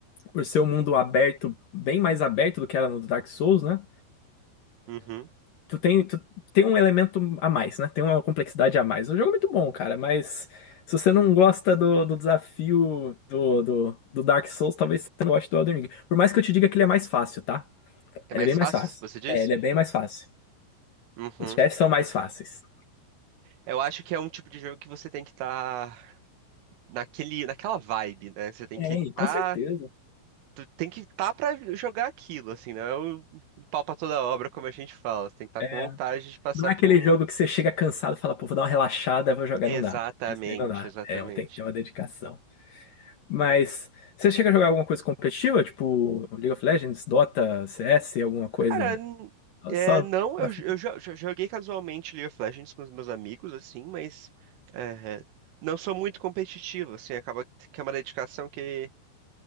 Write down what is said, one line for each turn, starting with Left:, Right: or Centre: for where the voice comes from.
Left: por ser um mundo aberto, bem mais aberto do que era no Dark Souls, né?
Right: uhum.
Left: Tu tem, tu tem um elemento a mais, né? Tem uma complexidade a mais. O jogo é muito bom, cara, mas se você não gosta do, do desafio do, do, do Dark Souls, talvez você não goste do Elden Ring. Por mais que eu te diga que ele é mais fácil, tá?
Right: É
Left: Ele
Right: mais
Left: é bem mais
Right: fácil,
Left: fácil.
Right: você diz?
Left: É, ele é bem mais fácil.
Right: Uhum.
Left: Os chefes são mais fáceis.
Right: Eu acho que é um tipo de jogo que você tem que estar naquele, naquela vibe, né? Você tem
Left: Tem,
Right: que estar
Left: com certeza.
Right: tu tem que estar pra jogar aquilo, assim, não é o o pau pra toda obra, como a gente fala. Você tem que estar
Left: É,
Right: com vontade de passar
Left: não é
Right: pra
Left: aquele
Right: um.
Left: jogo que você chega cansado e fala, pô, vou dar uma relaxada, vou jogar,
Right: Exatamente,
Left: não dá. Esse daí não dá.
Right: exatamente.
Left: É, tem que ter uma dedicação. Mas você chega a jogar alguma coisa competitiva? Tipo League of Legends, Dota, CS, alguma coisa?
Right: Cara, n- é,
Left: Só
Right: não,
Left: mais
Right: eu, j-
Left: tranquilo.
Right: eu jo- jo- joguei casualmente League of Legends com os meus amigos, assim, mas é, não sou muito competitivo, assim, acaba que é uma dedicação que